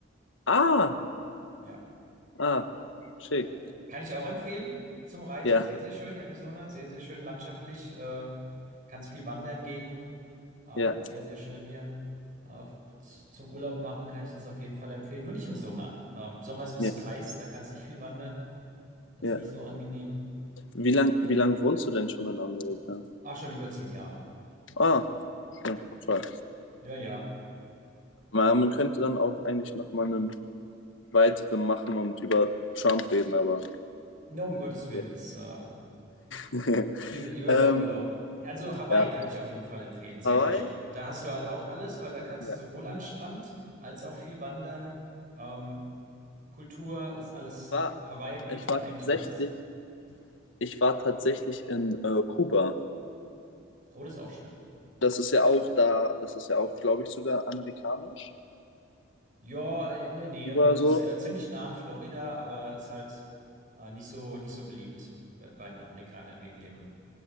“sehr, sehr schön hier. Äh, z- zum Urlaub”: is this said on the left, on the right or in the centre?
Right